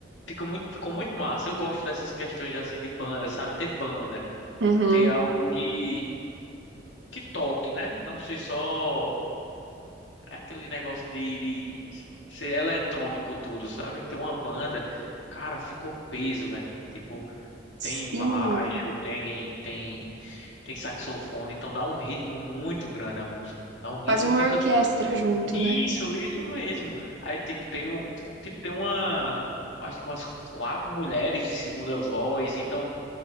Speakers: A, on the left (about 85°); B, on the right (about 75°).
A: fica muito, ficou muito massa. Eu gosto dessas questões assim de banda, sabe? Ter banda,
B: Uhum.
A: ter algo que que toque, né? Não ser só aquele negócio de, de ser eletrônico tudo, sabe? Ter uma banda, cara, ficou peso, velho. Tipo, tem
B: Sim.
A: baixo, tem tem tem saxofone, então dá um ritmo muito grande a música. Dá um ritmo
B: Quase uma
A: e fica
B: orquestra junto,
A: isso,
B: né?
A: isso mesmo. Aí tipo tem um, tipo tem uma, acho que umas quatro mulheres de segunda voz, então,